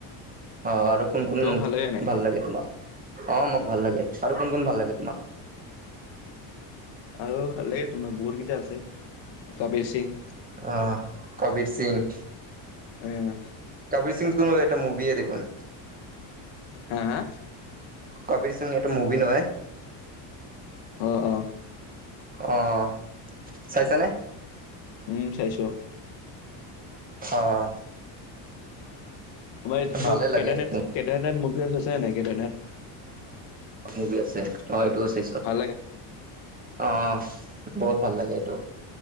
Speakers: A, on the right; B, on the left.
A: অ', আৰু কোন কোন
B: তোমাক লাগে নাই?
A: ভাল লাগে তোমাক, অ' মোক ভাল লাগে আৰু কোন কোন ভাল লাগে তোমাক?
B: আৰু ভাল লাগে, তোমাৰ বহুত কেইটা আছে, কাবিৰ সিং।
A: অ', কাবীৰ সিং।
B: উম'।
A: কবিৰ সিং টো এটা মুভিয়ে দেখোন।
B: হা হা?
A: কবিৰ সিং এইটো মুভি নহয়?
B: অ', অ'।
A: অ', চাইছানে?
B: উম, চাইছোঁ।
A: অ'।
B: তোমাৰ এইটো
A: ভালে লাগে
B: কেদাৰনাথ, কেদাৰনাথ মুভি আছে, চোৱা নাই কেদাৰনাথ।
A: অ', মুভি আছে অ', এইটোও চাইছোঁ
B: ভাল লাগে
A: অ', বহুত ভাল লাগে এইটো।